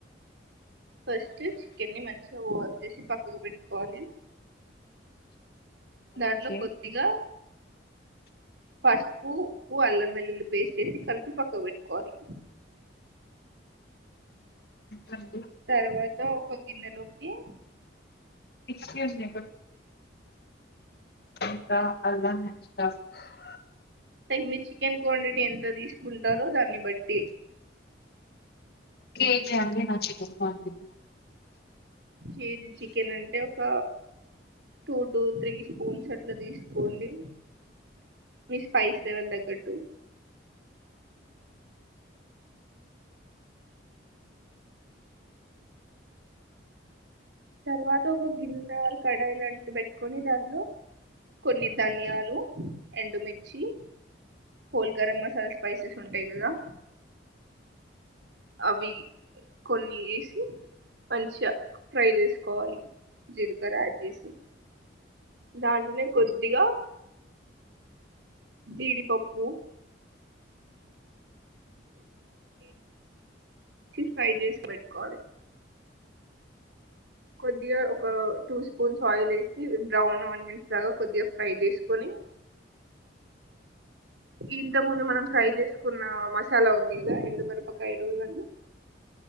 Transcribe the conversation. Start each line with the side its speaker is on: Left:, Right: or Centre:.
Right: ఫస్ట్ చికెన్ని మంచిగా వాష్ చేసి పక్కకు పెట్టుకోవాలి దాంట్లో
Left: ఓకే
Right: కొద్దిగ పసుపు ఉప్పు అల్లం వెల్లుల్లి పేస్ట్ వేసి కలిపి పక్కకు పెట్టుకోవాలి
Left: అండి
Right: తర్వాత ఒక గిన్ని లోకి
Left: ఇ ఎక్సెస్ మీ ఇంకా అలానే <unintelligible>
Right: తగిన చికెన్ క్వాం ఎంత తీసుకుంటారో దాన్ని బట్టి
Left: కేజీ అండి నా చికెన్ క్వాంటిటీ
Right: కేజీ చికెన్ అంటే ఒక టూ టూ త్రీ స్పూన్స్ అట్లా తీసుకోండి మీ స్పైస్ లెవెల్ తగ్గట్టు తర్వాత ఒక గిన్న కడాయి లాంటివి పెట్టుకొని దాంలో కొన్ని ధనియాలు ఎండుమిర్చి హోల్ గరం మసాలా స్పైసెస్ ఉంటాయి కదా అవి కొన్ని ఏసి మంచిగా ఫ్రై చేసుకోవాలి జీలకర యాడ్ చేసి దాంట్లోనే కొద్దిగ జీడిపప్పు ఫ్రై చేసి పెట్టుకోవలి కొద్దిగా ఒక టూ స్పూన్స్ ఆయిల్ వేసి బ్రౌన్ ఆనియన్స్ లాగా కొద్దిగా ఫ్రై చేసుకొని ఇంత ముందు మనం ఫ్రై చేసుకున్న మసాలా ఉంది కదా ఎడుమిరపకాయలు ఇవి అన్ని